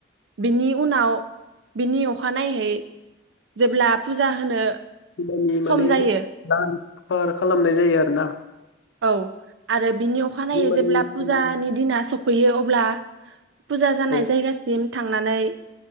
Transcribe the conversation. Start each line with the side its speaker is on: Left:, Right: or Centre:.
Right: बिनि उनाव बिनि अखानाहै जेब्ला फुजा होनो
Left: फुजानि माने
Right: सम जायो
Left: <unintelligible> फाहार खालामनाय जायो आरोना।
Right: औ आरो बिनि अखानायै
Left: माने
Right: जेब्ला
Left: औ
Right: फुजानि दिना स फैयो अब्ला फुजा जानाय
Left: औ
Right: जायगासिम थांनानै